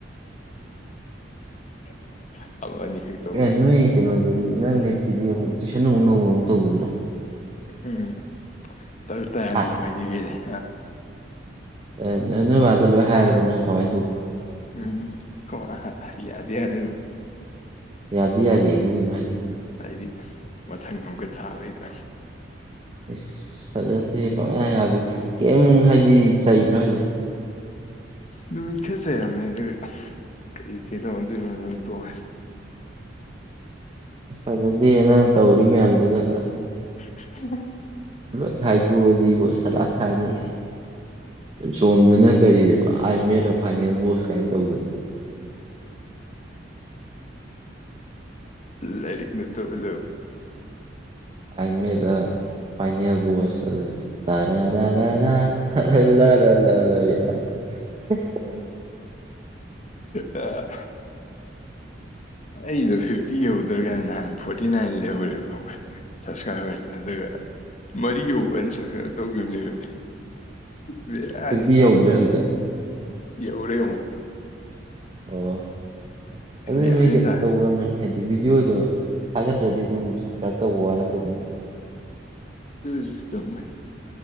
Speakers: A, on the left (about 40°); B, on the right (about 30°).
A: <unintelligible> ꯇꯧꯕꯁꯤꯗ
B: ꯑꯦ ꯅꯣꯏ ꯀꯩꯅꯣꯗꯨ ꯅꯪ ꯅꯦꯠꯀꯤꯗꯤ ꯑꯃꯨꯛ ꯇꯨꯏꯁꯟ ꯅꯧꯅ ꯑꯃꯨꯛ ꯇꯧꯒꯤꯗꫭꯔꫭ꯫
A: ꯎꯝ ꯇꯧ ꯇ ꯍꯥꯏꯅ
B: ꯍꯥ
A: ꯎꯄꯥꯏꯗꯤ ꯀꯩ ꯂꯩ꯫
B: ꯑ ꯅ ꯅꫭꯏ ꯃꯥꯗ ꯂꯣꯏ ꯍꯥꯏꯔꯕ ꯅꯪ ꯀꯃꯥꯏꯅ ꯇꯧ꯫
A: ꯎꯝ ꯈꫭꯏ ꯃꯥ ꯌꯥꯗꯤ ꯌꯥꯔꯦ ꯑꯗꯨꯝ꯫
B: ꯌꯥꯗꯤ ꯌꯥꯔꯦꯗꯤ ꯀꯩꯅꯣ ꯍꯥꯏꯖꯦ꯫
A: ꯍꯥꯏꯗꯤ ꯃꯊꯪ ꯑꯃꯨꯛꯀ ꯊꯥꯕꯩꯗ꯫
B: ꯏꯁ ꯆꯠꯂꯗꯦ ꯄꯪꯌꯥ ꯌꯥꯕꯤ ꯀꯩꯝ ꯍꯥꯏꯗꯤ ꯆꯩꯗ꯭ꯔꯣ ꯍꯥꯏꯁꯦ꯫ <inaudible>
A: ꯅꯨꯃꯤꯠ ꯈꯔ ꯆꯩꯔꯝꯃꯦ ꯑꯗꯨ ꯀꯩ ꯀꯩꯗꯧꯅꯗꯣꯏꯅꯣꯗ ꯑꯗꯨꯝ ꯇꯣꯛꯦ꯫
B: ꯐꯖꯗꯦ ꯅꯪ ꯇꯧꯔꯤ ꯃꯌꯥꯝꯗꯨꯒ꯫
A: <unintelligible>
B: ꯂꯣꯏ ꯍꯥꯏꯗꯣꯛꯑꯗꯤꯕꯣ ꯁꯥꯂꯥꯛ ꯁꯥꯅꯤ ꯁꯣꯝꯗꯅ ꯀꯔꯤꯑꯕ ꯑꯥꯏ ꯃꯦꯠ ꯑ ꯐꯥꯏꯅꯦꯜ ꯕꯣꯁ ꯀꯥꯏꯅ ꯇꯧꯗꯅ <unintelligible>
A: ꯂꯥꯏꯔꯤꯛ ꯅꯠꯇꯖ
B: ꯑꯏꯟꯃꯤꯗ ꯄꯅꯤ ꯄꯣꯁ ꯇꯔꯔ ꯂ ꯂ ꯂ ꯂ ꯌꯥ <unintelligible>
A: ꯑ ꯑꯩꯗꯣ ꯐꯤꯐꯇꯤ ꯌꯍꯧꯗ꯭ꯔꯒꯅ ꯅꯍꯥꯟ ꯐꯣꯔꯇꯤ ꯅꯥꯏꯟ ꯂꯩꯍꯧꯔꯦꯕ ꯁꯞꯁꯀ꯭ꯔꯥꯏꯕꯔ ꯑꯗꯨꯒ ꯃꯔꯤꯒꯤ ꯎꯅ ꯁꯞꯁꯀ꯭ꯔꯥꯏꯕ ꯇꯧꯈꯤꯕꯅꯦꯕ ꯕꯤꯔꯅꯤ
B: ꯐꯤꯐꯇꯤ ꯌꯧꯗ꯭ꯔꯦ ꯍꯧꯖꯤꯛ
A: ꯑꯦꯎꯔꯦ ꯑꯃꯨ
B: ꯑꯣ ꯑꯗꯨꯗꯤ
A: ꯒ꯭ꯌꯥꯟ
B: ꯃꯤ ꯀꯩꯅꯣ
A: ꯇꯥꯗꯦ
B: ꯇꯧꯕꯔꯝꯒꯅꯤ ꯍꯥꯏꯗꯤ ꯚꯤꯗꯤꯑꯣꯗꯣ ꯊꯥꯒꯠꯇ꯭ꯔꯗꯤ ꯑꯗꯨꯝ ꯁꯞꯁꯀ꯭ꯔꯥꯏꯞ ꯇꯧꯕ ꯋꯥꯠꯂꯛꯀꯅꯤꯅꯤ
A: ꯁꯤꯁ ꯇꯥꯏ